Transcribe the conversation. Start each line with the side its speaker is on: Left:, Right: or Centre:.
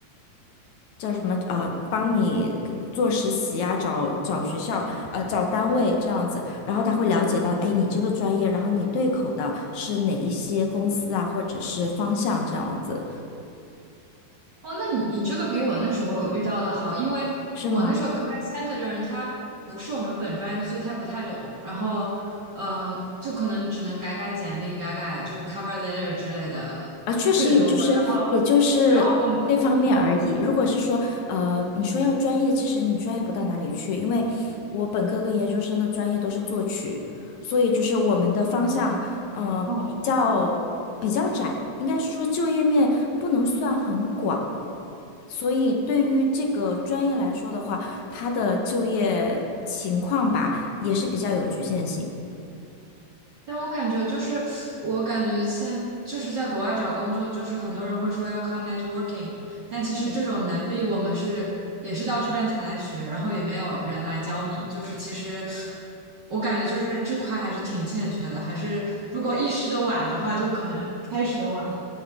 Left: 叫什么呃，帮你做实习啊，找找学校呃找单位这样子，然后他会了解到，哎，你这个专业，然后你对口的是哪一些公司啊，或者是方向这样子，
Right: 哦，那你你这个比我那时候遇到的好，因为我那时候
Left: 是吗？
Right: career center 的人他不是我们本专业的，所以他不太懂。然后，呃，就可能只能改改简历，改改就是 cover letter 之类的，
Left: 啊，确实，
Right: 最多。
Left: 也就是也就是那方面而已。
Right: 然后，然后我们，嗯嗯。
Left: 如果是说，呃，你说要专业，其实你专业不到哪里去，因为我本科跟研究生的专业都是作曲，所以就是我们的方向，呃，
Right: 哦
Left: 比较比较窄，应该是说就业面不能算很广，所以对于这个专业来说的话，它的就业情况吧，也是比较有局限性。
Right: 但我感觉就是，我感觉现就是在国外找工作，就是很多人会说要靠 networking，但其实这种能力我们是也是到这边才来学，
Left: 嗯。
Right: 然后也没有人来教你，就是其实我感觉就是这块还是挺欠缺的，还是如果意识的晚的话，就可能开始的晚，